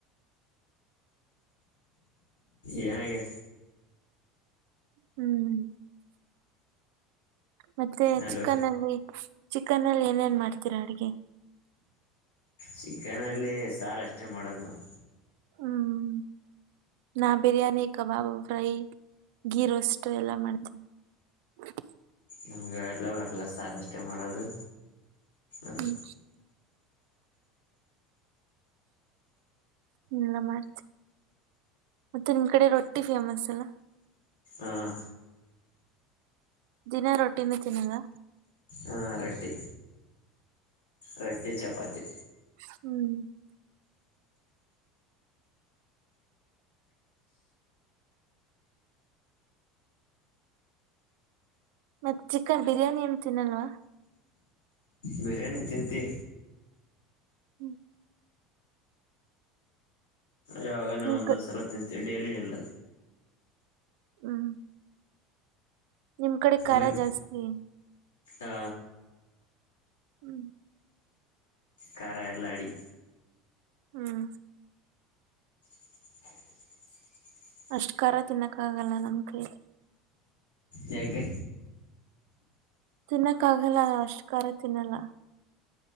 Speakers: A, on the left (about 75°); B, on the right (about 55°).
A: ಏನಾಗಿ
B: ಹ್ಮ್. ಮತ್ತೆ
A: ಅಲ್ಲೋ
B: ಚಿಕನ್ ಅಲ್ಲಿ ಚಿಕನ್ ಅಲ್ಲಿ ಏನೇನ್ ಮಾಡ್ತೀರ ಅಡ್ಗೆ.
A: ಚಿಕನಲ್ಲಿ ಸಾರ ಅಷ್ಟೇ ಮಾಡೋದ್ ನಾವು.
B: ಹ್ಮ್. ನಾ ಬಿರಿಯಾನಿ ಕಬಾಬ್ ಫ್ರೈ ಗಿ ರೋಸ್ಟ್ ಎಲ್ಲ ಮಾಡ್ತಿನಿ. <inaudible>
A: ನಮ್ಗೆ ಎಲ್ಲ ಬರಲ್ಲ ಸಾರ್ ಅಷ್ಟೇ ಮಾಡೋದು. ಅದು
B: ಹ್ಮ್. ನಲ್ಲ ಮಾರ್ಚ. ಮತ್ತೆ ನಿಮ್ ಕಡೆ ರೊಟ್ಟಿ ಫೇಮಸ್ ಅಲ್ಲ.
A: ಆ.
B: ದಿನ ರೊಟ್ಟಿನೆ ತಿನ್ನದಾ.
A: ಹಾ ರಟ್ಟಿ ರಟ್ಟಿ ಚಪಾತಿ.
B: ಹ್ಮ್. ಮತ್ ಚಿಕನ್ ಬಿರಿಯಾನಿ ಎನ್ ತಿನ್ನಲ್ವಾ.
A: ಬಿರಿಯಾನಿ ತಿಂತಿ.
B: ಹ್ಮ್.
A: ಯವಾಗನ
B: ನಿಮ್
A: ಒಂದು
B: ಕ
A: ಸಲ ತಿಂತೀವಿ ಡೇಲಿ ಇಲ್ಲ.
B: ಹ್ಮ್. ನಿಮ್ ಕಡೆ ಖಾರ
A: ನಿಮ್
B: ಜಾಸ್ತಿ
A: ಆ.
B: ಹ್ಮ್.
A: ಕರಾ ಎಲ್ಲಾಡಿ.
B: ಹ್ಮ್.
A: <inaudible>
B: ಅಷ್ಟ್ ಕರಾ ತಿನ್ನಕ್ಕಗಲ್ಲ ನಮ್ ಕೈಲಿ.
A: ಯಕೇ.
B: ತಿನ್ನಕ್ಕ ಆಗಲ್ಲ ಅಷ್ಟು ಕರಾ ತಿನ್ನಲ್ಲಾ.